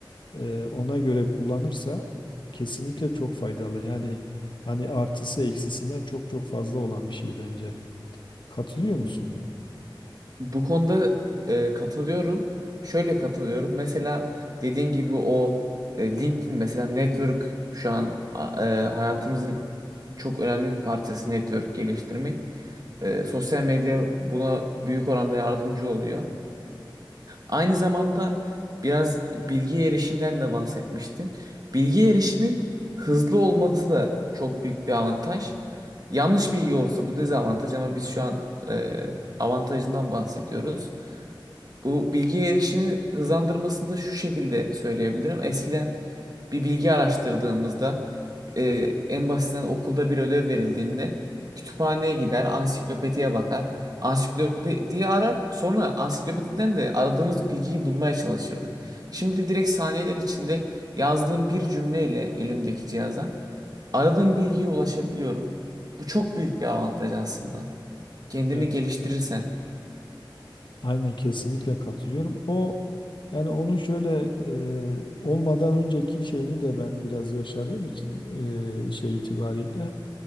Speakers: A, on the left (about 65°); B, on the right (about 50°).
A: e, ona göre kullanırsa kesinlikle çok faydalı. Yani hani artısı eksisinden çok çok fazla olan bir şey bence. Katılıyor musun?
B: Bu konuda e, katılıyorum. Şöyle katılıyorum. Mesela dediğin gibi o e, LinkedIn mesela network şu an a- e, hayatımızın çok önemli bir parçası network geliştirmek. E, sosyal medya buna büyük oranda yardımcı oluyor. Aynı zamanda biraz bilgi erişimden de bahsetmiştin. Bilgi erişimin hızlı olması da çok büyük bir avantaj. Yanlış bilgi olursa bu dezavantaj ama biz şu an e, avantajından bahsediyoruz. Bu bilgiye erişimi hızlandırmasını da şu şekilde söyleyebilirim. Eskiden bir bilgi araştırdığımızda e, en basitinden okulda bir ödev verildiğinde kütüphaneye gider, ansiklopediye bakar. Ansiklopediyi arar, sonra ansiklopediden de aradığımız bilgiyi bulmaya çalışırdık. Şimdi direkt saniyeler içinde yazdığım bir cümleyle elimdeki cihaza aradığım bilgiye ulaşabiliyorum. Bu çok büyük bir avantaj aslında. Kendini
A: Evet.
B: geliştirirsen.
A: Aynen kesinlikle katılıyorum. O yani onu şöyle e, olmadan önceki şeyini de ben biraz yaşadığım için e, şey itibariyle.